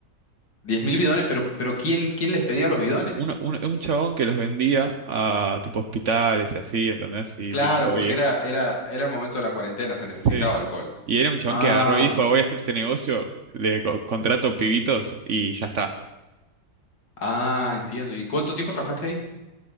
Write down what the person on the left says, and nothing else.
10.000 bidones, pero, pero ¿quién, quién les pedía los bidones?
Claro,
porque era, era, era el momento de la cuarentena, se necesitaba
alcohol.
Ah,
ah, entiendo. ¿Y cuánto tiempo trabajaste ahí?